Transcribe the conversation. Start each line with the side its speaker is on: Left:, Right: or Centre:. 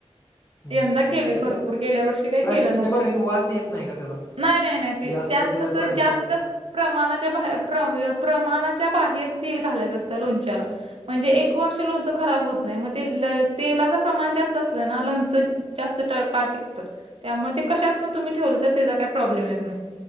Left: हम्म.
Right: यंदा केलंय
Left: ते प्ला
Right: भरपूर, गेल्या वर्षी काही
Left: प्लास्टिकच्या
Right: केलं नव्हतं.
Left: बरणीत वास येत नाही का त्याचा
Right: नाही नाही नाही. टी.
Left: जास्त
Right: त्यात
Left: दिवस
Right: कसं
Left: राहिल्यावर
Right: जास्त प्रमाणाच्या बाहेर प्रमाणाच्या बाहेर तेल घालायचं असतं लोणच्याला. म्हणजे एक वर्ष लोणचं खराब होत नाही. मग तेल तेलाच प्रमाण जास्त असलं ना लोणच जास्त काळ टिकतं. त्यामुळं ते कशात पण तुम्ही ठेवलं, तर त्याचा काही प्रॉब्लेम येत नाही.